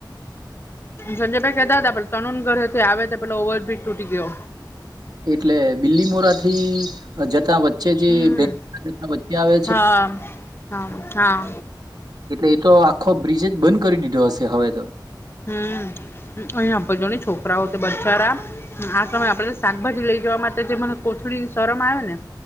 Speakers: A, on the left; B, on the right.
A: સંજયભાઈ કહેતા હતા કે તનુન ઘર હેથી આવે તો પેલો ઓવરબ્રિજ તૂટી ગયો.
B: એટલે બિલીમોરાથી જતાં વચ્ચે જે
A: હમ
B: <unintelligible> વચ્ચે આવે છે
A: હા હા હા
B: એટલે એ તો આખો બ્રિજ જ બંધ કરી દીધો હશે હવે તો.
A: હમ્મ અહીંયા તો જોની છોકરાઓ બચારા આ સમયે આપણે શાકભાજી લઈ જવા માટે જે મને કોથળીની શરમ આવે ને